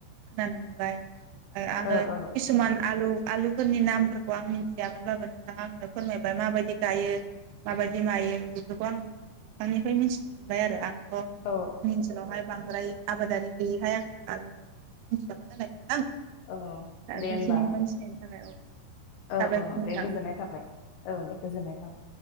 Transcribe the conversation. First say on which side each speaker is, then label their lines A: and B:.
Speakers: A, on the right; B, on the left.
A: खोनानो मोनबाय ओ आङो
B: औ औ
A: किसुमान आलु आलुफोरनि नामफोरखौ आं मिथियामोनबाबो नों नोंथाङा आंनो फोरमायबाय माबायदि गायो माबायदि मायो बेफोरखौ आं नोंथांनिफ्राय मिथिनो मोनबाय आरो आं जोंनि
B: औ
A: ओनसोलावहाय बांद्राय आबादारि
B: औ
A: गैयैहाय आं आलु गायनाय मिथियामोन नालाय नोंथां
B: औ
A: दा
B: दे
A: बेखिनि
B: होमबा
A: मोनथिनायनि थाखाय औ
B: औ
A: साबायखर
B: औ
A: नोंथां
B: दे गोजोननाय थाबाय औ दे गोजोननाय थाबाय